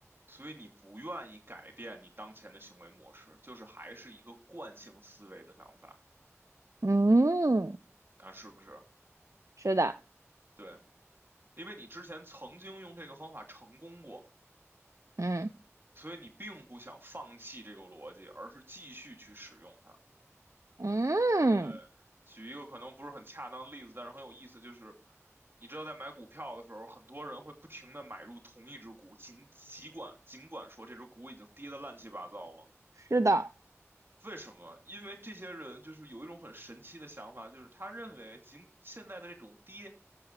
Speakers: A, on the right; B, on the right.
A: 所以你不愿意改变你当前的行为模式，就是还是一个惯性思维的想法，
B: 嗯，
A: 看是不是？
B: 是的，
A: 对，因为你之前曾经用这个方法成功过，
B: 嗯
A: 所以你并不想放弃这个逻辑，而是继续去使用它。
B: 嗯，
A: 对，举一个可能不是很恰当的例子，但是很有意思，就是你知道在买股票的时候，很多人会不停的买入同一只股，尽尽管尽管说这只股已经跌得乱七八糟了。
B: 是的，
A: 为什么？因为这些人就是有一种很神奇的想法，就是他认为今现在的这种跌